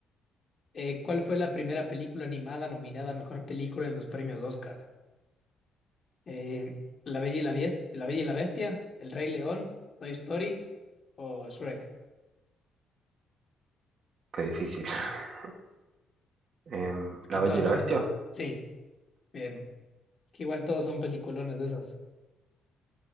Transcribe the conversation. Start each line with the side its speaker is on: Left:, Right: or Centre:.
Left: eh, ¿cuál fue la primera película animada nominada a mejor película en los premios Oscar? Eh, La Bella y la Bies- La Bella y la Bestia, El Rey León, Toy Story o Shrek.
Right: qué difícil. <laughs> Em,
Left: Es que
Right: ¿La
Left: todas
Right: Bella y
Left: son.
Right: la Bestia?
Left: Sí, bien. Es que igual todos son peliculones de esos.